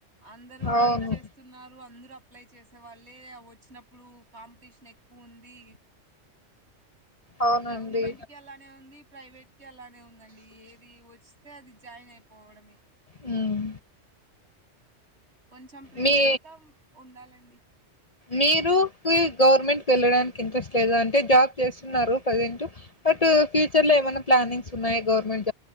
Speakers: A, on the right; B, on the left.
A: అందరుూ వెయిట్
B: అవును
A: చేస్తున్నారు అందరు అప్లై చేస్త అవళ్ళే వచ్చినప్పుడు కాంపిటీషన్ ఎక్కువుంది
B: అవునండి
A: గవర్నమెంట్‌కి అలానే ఉంది ప్రైవేట్‌కి అలానే ఉందండి ఏది వ వస్తే అది జాయిన్ అయిపోవడమే
B: హ్మ్
A: కొంచెం ప్రిపేర్
B: మీ
A: అయితా ఉండాలండి
B: మీరు కీ గవర్నమెంట్‌కి వెళ్ళడానికి ఇంట్రెస్ట్ లేదా అంటే జాబ్ చేస్తున్నారు ప్రజెంట్ బటూ ఫ్యూచర్లో ఏమైనా ప్లానింగ్స్ ఉన్నాయా గవరమెంట్